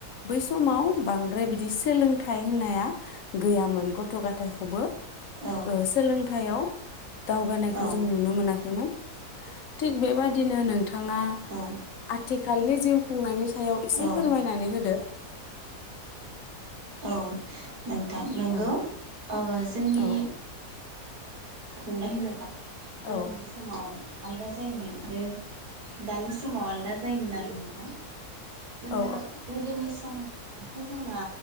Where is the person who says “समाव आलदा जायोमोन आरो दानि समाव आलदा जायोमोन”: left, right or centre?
Right